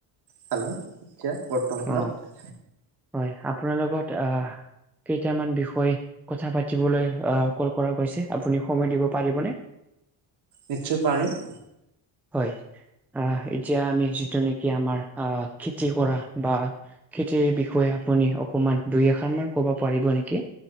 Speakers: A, on the right; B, in the centre.
A: খালো তিয়া বৰ্তমানত।
B: অ হয় আপোনাৰ লগত অ কেইটামান বিষয়। কথা পাতিবলৈ অ কল কৰা হৈছে আপুনি সময় দিব পাৰিবনে।
A: নিশ্চয় পাৰিম।
B: হয় আ এতিয়া আমি যিটো নেকি আমাৰ অ খেতি কৰা। বা খেতিৰ বিষয়ে আপুনি অকমান দুই এষাৰ মান ক'ব পাৰিব নেকি।